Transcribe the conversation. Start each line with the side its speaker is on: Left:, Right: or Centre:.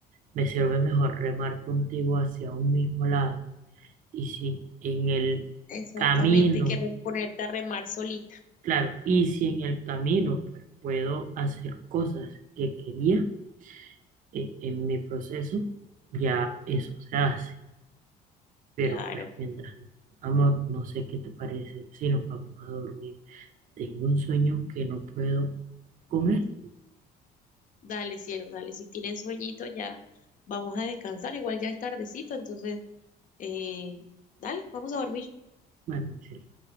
Right: me sirve mejor remar contigo hacia un mismo lado. Y si en el
Left: exactamente,
Right: camino,
Left: que re- ponerte a remar solita,
Right: claro, y si en el camino pues puedo hacer cosas que quería eh, en mi proceso, ya eso se hace. Pero
Left: claro.
Right: pues mientras no. Amor, no sé qué te parece si nos vamos a dormir. Tengo un sueño que no puedo con él.
Left: Dale, cielo, dale. Si tienes sueñito, ya vamos a descansar. Igual ya es tardecito, entonces, eh, dale, vamos a dormir.
Right: Bueno, mi cielo.